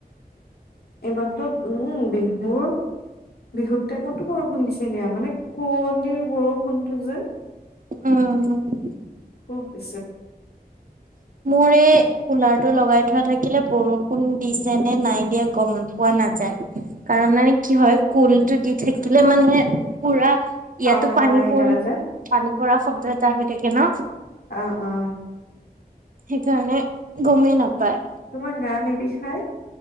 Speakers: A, on the left; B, on the right.
A: এইবাৰতো উম বিহুৰ বিহুত টাইমতো বৰষুণ দিছে দিয়া মানে কুঁৱলিৰ বৰষুণটো যে
B: উম
A: খুব <unintelligible>
B: <unintelligible> কুলাৰ টো লগাই থোৱা থাকিলে বৰষুণ দিছে নে নাই দিয়া গম পোৱা নাযায়। কাৰণ মানে কি হয় কুলটো দি থাকিলে মানে পুৰা
A: চাউণ্ড
B: ইয়াতো
A: এটা
B: পানী
A: আহি
B: পৰি
A: থাকে যে
B: পানী পৰা শব্দ এটা হৈ থাকে ন
A: অ', অ'।
B: সেইকাৰণে গমেই নাপায়।
A: তোমাৰ গা নিবিষাই